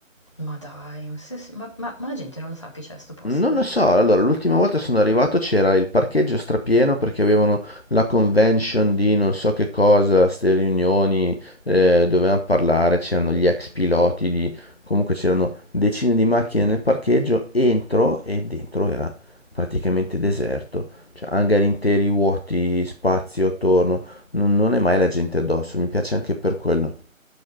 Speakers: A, on the left (about 20°); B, on the left (about 45°).
A: Ma dai, ma, se- ma- ma- ma la gente non lo sa che c'è sto posto?
B: Non lo so, allora l'ultima volta sono arrivato c'era il parcheggio strapieno perché avevano la convention di non so che cosa, ste riunioni, eh, dovevano parlare, c'erano gli ex piloti, di... comunque c'erano decine di macchine nel parcheggio, entro e dentro era praticamente deserto, cioè hangar interi vuoti, spazio attorno, non, non è mai la gente addosso, mi piace anche per quello.